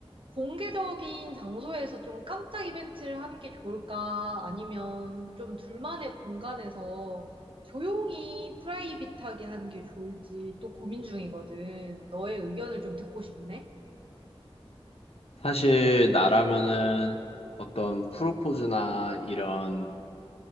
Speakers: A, on the right; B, on the left.
A: 공개적인 장소에서 좀 깜짝 이벤트를 하는 게 좋을까? 아니면 좀 둘만의 공간에서 조용히 프라이빗하게 하는 게 좋을지 또 고민 중이거든. 너의 의견을 좀 듣고 싶네.
B: 사실 나라면은 어떤 프로포즈나 이런